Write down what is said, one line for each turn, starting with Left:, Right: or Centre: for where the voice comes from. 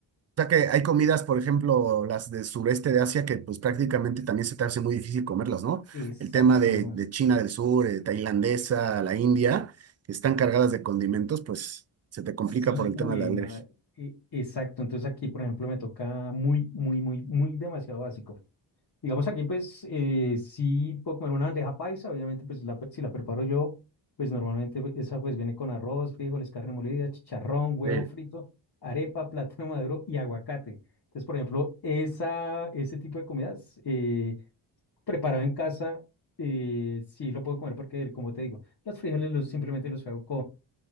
Right: O sea que hay comidas, por ejemplo, las del sureste de Asia, que pues prácticamente también se te hace muy difícil comerlas, ¿no?
Left: Exacto,
Right: El tema de,
Left: ¿no?
Right: de China del Sur, eh, tailandesa, la India, que están cargadas de condimentos, pues se te complica
Left: Sí,
Right: por el
Left: uy,
Right: tema de la alergia.
Left: no, e- exacto. Entonces aquí, por ejemplo, me toca muy, muy, muy, muy demasiado básico. Digamos aquí, pues, eh, sí puedo comer una bandeja paisa, obviamente, pues, la, pe- si la preparo yo, pues, normalmente pues, esa, pues, viene con arroz, frijoles, carne molida, chicharrón, huevo
Right: Sí.
Left: frito, arepa, <laughs> plátano maduro y aguacate. Entonces, por ejemplo, esa, ese tipo de comidas eh, preparado en casa, eh, sí lo puedo comer porque, como te digo, los frijoles los, simplemente los hago